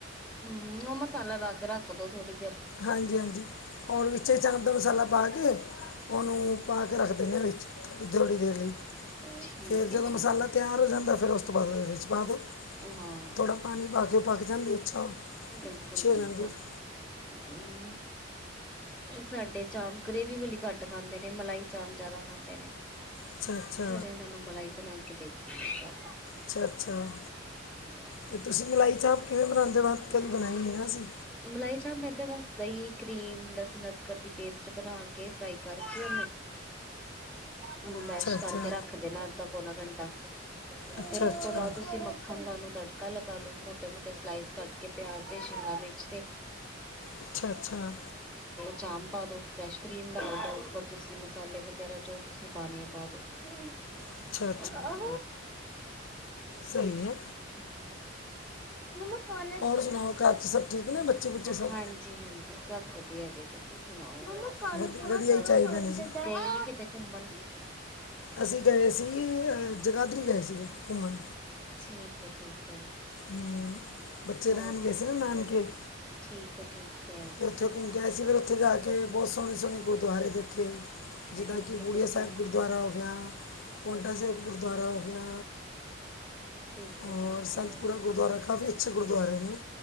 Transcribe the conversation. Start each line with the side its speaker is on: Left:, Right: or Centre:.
Centre: ਹੂ ਉਹ ਮਸਾਲਾ ਲਾ ਕੇ ਰੱਖ ਦੋ ਥੋੜੀ
Left: ਹਾਂਜੀ ਹਾਂਜੀ ਔਰ ਵਿੱਚੇ ਚਾ ਅੱਦਾ ਮਸਾਲਾ ਪਾ ਕੇ ਉਹਨੂੰ ਪਾ ਕੇ ਰੱਖ ਦਿੰਨੇ ਆ ਵਿੱਚ ਥੋੜ੍ਹੀ ਦੇਰ ਲਈ
Centre: ਠੀਕ
Left: ਫੇਰ ਜਦੋਂ
Centre: ਹੈ ਠੀਕ
Left: ਮਸਾਲਾ
Centre: ਹੈ
Left: ਤਿਆਰ ਹੋ ਜਾਂਦਾ ਫਿਰ ਉਸ ਤੋਂ ਬਾਅਦ ਉਹਦੇ ਵਿੱਚ ਪਾ ਦਿਉ
Centre: ਹਾਂ
Left: ਥੋੜ੍ਹਾ ਪਾਨੀ ਪਾਕੇ ਪਕ ਜਾਂਦੀ ਅੱਛਾ ਹੋ
Centre: ਬਿਲਕੁਲ
Left: ਅੱਛੀ
Centre: ਬਿਲਕੁਲ
Left: ਜਾਂਦੀ ਹੈ।
Centre: ਹੁ ਸਾਡੇ ਚਾਂਪ ਗ੍ਰਰੇਵੀ ਵਾਲੀ ਘੱਟ ਖਾਂਦੇ ਨੇ ਮਲਾਈ ਚਾਂਪ ਜ਼ਿਆਦਾ ਖਾਂਦੇ ਨੇ
Left: ਅੱਛਾ ਅੱਛਾ
Centre: ਫੇਰ ਇਹਨਾਂ ਨੂੰ ਮਲਾਈ ਬਣਾ ਕੇ ਦੇਈ ਦੀ ਆ
Left: ਅੱਛਾ ਅੱਛਾ
Centre: ਹਾਂਜੀ
Left: ਤੇ ਤੁਸੀਂ ਮਲਾਈ ਚਾਂਪ ਕਿਵੇਂ ਬਨਾਦੇ ੳ ਕਦੀ ਬਨਾਈ ਨਹੀਂ ਨਾ ਅਸੀ
Centre: ਮਲਾਈ ਚਾਪ ਏਦਾਂ ਬਸ ਦਹੀਂ ਕਰੀਮ ਲਸਨ ਅਦਕਰ ਦੀ ਪੇਸਟ ਬਨਾ ਕੇ ਫਰਾਈ ਕਰਕੇ ਉਹਨੂੰ ਮੈਸ਼
Left: ਅੱਛਾ ਅੱਛਾ
Centre: ਕਰਕੇ ਰੱਖ ਦੇਨਾ ਅੱਧਾ ਪੌਨਾ ਘੰਟਾ
Left: ਅੱਛਾ
Centre: ਫੇਰ ਉਸ
Left: ਅੱਛਾ
Centre: ਤੋਂ ਬਾਅਦ ਤੁਸੀਂ ਮੱਖਣ ਦਾ ਉਹਨੂੰ ਤੜਕ ਲਗਾ ਲਓ ਮੋਟੇ ਮੋਟੇ ਸਲਾਈਸ ਕੱਟ ਕੇ ਪਿਆਜ ਤੇ ਸ਼ਿਮਲਾ ਮਿਰਚ ਦੇ
Left: ਅੱਛਾ ਅੱਛਾ
Centre: ਚਾਪ ਪਾ ਦੋ ਫਰੈਸ਼ ਕਰੀਮ ਡਾਲ ਦੋ ਉਤੋਂ ਤੁਸੀਂ ਮਸਾਲੇ ਵਗੈਰਾ ਜੋ ਤੁਸੀਂ ਪਾਨੀ ਏ ਪਾ ਦੋ ਹ
Left: ਅੱਛਾ ਸਈ ਏ
Centre: ਨਕਮ ਨਕਮ ਕਾਲ <inaudible>
Left: ਸੁਣਾਓ ਘਰ 'ਚ ਸਭ ਠੀਕ ਨੇ ਬੱਚੇ ਬੁੱਚੇ ਸਭ
Centre: ਹਾਂਜੀ ਹਾਂਜੀ ਸਭ ਵਧੀਆ ਜੀ ਤੁਸੀਂ ਸੁਨਾਓ ਗਏ
Left: ਵਧੀ- ਵਧੀਆ ਹੀ ਚਾਹੀਦੇ ਨੇ ਜੀ
Centre: ਨੀ ਕਿਤੇ ਘੁੰਮਨ
Left: ਅਸੀਂ ਗਏ ਸੀ ਅ ਜਗਾਧਰੀ ਗਏ ਸੀ ਘੁੰਮਨ
Centre: ਠੀਕ ਏ ਠੀਕ ਏ
Left: ਹਮ, ਬੱਚੇ
Centre: ਹੋਰ
Left: ਰਹਿਣ ਗਏ
Centre: ਤੁਸੀ
Left: ਸੀ ਨਾ ਨਾਨਕੇ
Centre: ਠੀਕ ਏ ਠੀਕ ਹੈ
Left: ਤੇ ਉੱਥੇ ਘੁੰਮ ਕੇ ਆਏ ਸੀ ਫਿਰ ਉੱਥੇ ਜਾ ਕੇ ਬਹੁਤ ਸੋਹਣੇ- ਸੋਹਣੇ ਗੁਰਦੁਆਰੇ ਵੇਖੇ। ਜਿੱਦਾਂ
Centre: ਠੀਕ
Left: ਕੀ
Centre: ਹੈ
Left: ਬੁੜੀਆ
Centre: ਠੀਕ
Left: ਸਾਹਿਬ
Centre: ਹੈ
Left: ਗੁਰਦੁਆਰਾ ਪੋਂਟਾ ਸਾਹਿਬ ਗੁਰਦੁਆਰਾ ਹੋ ਗਿਆ
Centre: ਠੀਕ
Left: ਹੋਰ
Centre: ਹੈ
Left: ਸੰਤਪੁਰਾ
Centre: ਠੀਕ ਹੈ
Left: ਗੁਰਦੁਆਰਾ ਕਾਫੀ ਅੱਛੇ ਗੁਰਦੁਆਰੇ ਨੇ